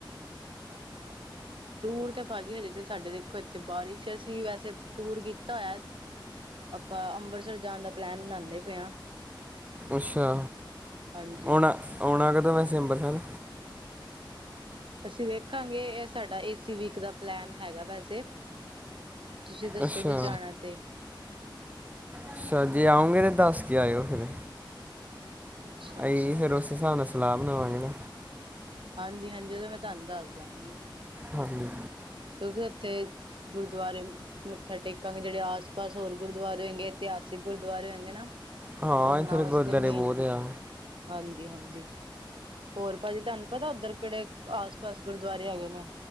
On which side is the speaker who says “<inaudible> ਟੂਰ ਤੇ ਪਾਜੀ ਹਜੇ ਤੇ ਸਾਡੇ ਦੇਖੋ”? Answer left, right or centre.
Right